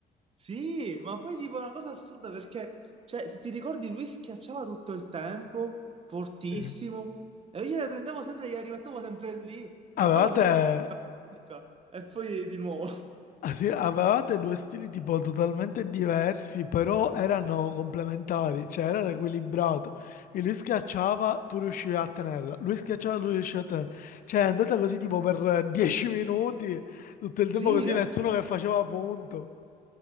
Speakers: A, on the right; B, on the left.
A: Sì, ma poi tipo una cosa assurda perché, cioè, se ti ricordi, lui schiacciava tutto il tempo, fortissimo,
B: Sì.
A: e io le prendevo sempre e gliela rimettevo sempre lì.
B: Avevate,
A: La palla faceva tipo una fatica, e poi di nuovo. <laughs>
B: ah, sì, avevate due stili tipo totalmente diversi, però erano complementari, cioè era equilibrato. E lui schiacciava, tu riuscivi a tenerla. Lui schiacciava, tu riuscivi a tenerla. Cioè è andata così tipo per dieci minuti, tutto il tempo
A: Sì,
B: così,
A: e,
B: nessuno che faceva punto.